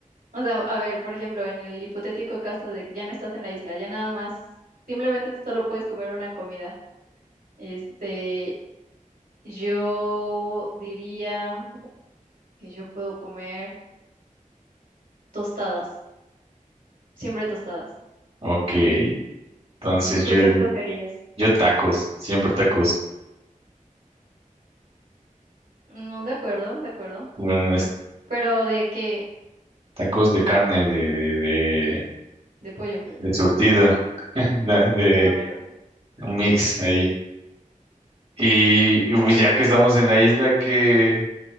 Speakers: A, on the right; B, on the right.
A: O sea, a ver, por ejemplo, en el hipotético caso de que ya no estás en la isla, ya nada más, simplemente solo puedes comer una comida. Este, yo diría que yo puedo comer tostadas, siempre tostadas.
B: Ok. Entonces
A: ¿Tú
B: yo,
A: qué
B: di-
A: escogerías?
B: yo tacos, siempre tacos.
A: No, de acuerdo, de acuerdo.
B: Bueno,
A: Pero de qué,
B: Tacos de carne, de, de, de,
A: de pollo. <laughs>
B: de surtida, <laughs> de, de
A: Ah, bueno.
B: un mix ahí. Y y, pues, ya que estamos en la isla, que